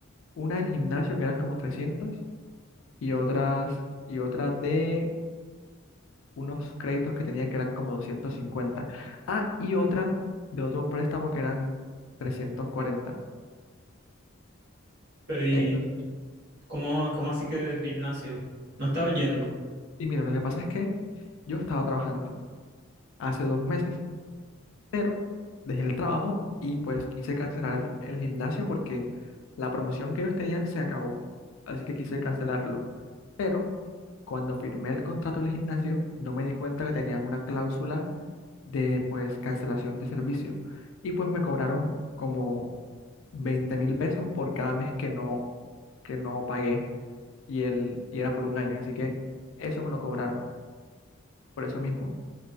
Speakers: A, on the left (about 70°); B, on the right (about 55°).
A: Una del gimnasio, que eran como 300, y otras, y otra de unos créditos que tenían, que eran como 250. Ah, y otra de otro préstamo, que eran 340.
B: Pero ¿y
A: Eso-
B: cómo, cómo así que de gimnasio? ¿No estaba yendo?
A: Y mira, lo que pasa es que yo estaba trabajando hace dos meses. pero dejé el trabajo y pues quise cancelar el, el gimnasio porque la promoción que ellos tenían se acabó, así que quise cancelarlo. Pero cuando firmé el contrato del gimnasio, no me di cuenta que tenían una cláusula de pues cancelación de servicio y pues me cobraron como veinte mil pesos por cada mes que no, que no pagué y, el, y era por un año, así que eso me lo cobraron, por eso mismo.